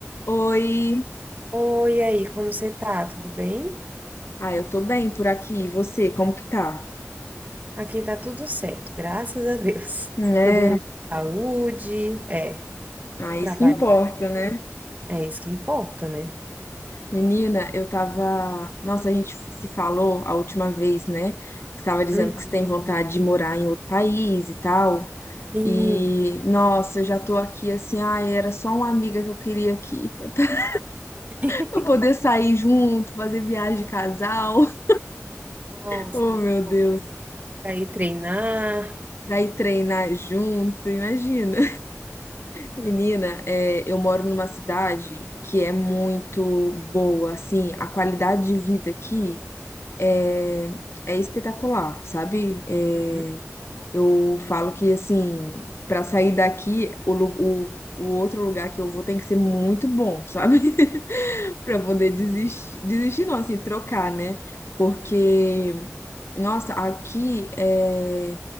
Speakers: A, on the left; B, on the right.
A: Oi.
B: Oi, e aí, como você tá? Tudo bem?
A: Ah, eu tô bem por aqui. E você, como que tá?
B: Aqui tá tudo certo, graças a Deus.
A: É,
B: <laughs> Todo mundo com saúde, é,
A: ah,
B: trabalhando,
A: isso que importa, né?
B: é isso que importa, né?
A: Menina, eu tava. Nossa, a gente se falou a última vez, né? Você tava dizendo
B: Uhum.
A: que você tem vontade de morar em outro país e tal.
B: Sim,
A: E, nossa, eu já tô aqui assim. Ai, era só uma amiga que eu queria aqui. <laughs>
B: <laughs>
A: Pra eu poder sair junto, fazer viagem de casal. <laughs>
B: nossa,
A: Oh,
B: muito
A: meu
B: bom,
A: Deus.
B: né? Para ir treinar.
A: Pra ir treinar junto, imagina. Menina, é, eu moro numa cidade que é muito boa, assim, a qualidade de vida aqui é é espetacular, sabe? É,
B: Uhum.
A: eu falo que, assim, para sair daqui, o, lu- o, o outro lugar que eu vou tem que ser muito bom, sabe? <laughs> Para poder
B: Sim,
A: desistir,
B: eu imagino.
A: desistir não, assim, trocar, né? Porque nossa, aqui é.